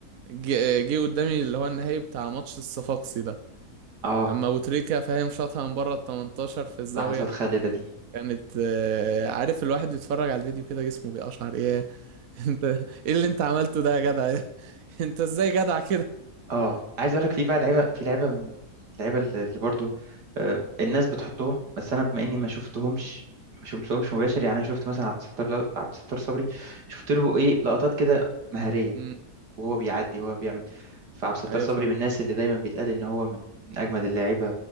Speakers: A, on the right; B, on the right.
A: جه جه قدامي اللي هو النهائي بتاع ماتش الصفاقسي ده
B: اه
A: لما ابو تريكة فاهم شاطها من بره ال 18 في الزاويه
B: لحظات خالده دي
A: كانت آه، عارف الواحد بيتفرج على الفيديو كده جسمه بيقشعر ايه <laughs> انت ايه اللي انت عملته ده يا جدع <laughs> انت ازاي جدع كده
B: اه عايز اقول لك في بقى لعيبه في لعيبه من- لعيبه اللي اللي برضو آه، الناس بتحطهم بس انا بما اني ما شفتهمش ما شفتهمش مباشر
A: امم
B: يعني انا شفت مثلا عبد الستار لو- عبد الستار صبري شفت له ايه لقطات كده مهاريه
A: امم
B: وهو بيعدي وهو بيعمل فعبد الستار
A: ايوه
B: صبري
A: فاهم
B: من الناس اللي دايما بيتقال ان هو من من اجمد اللاعيبه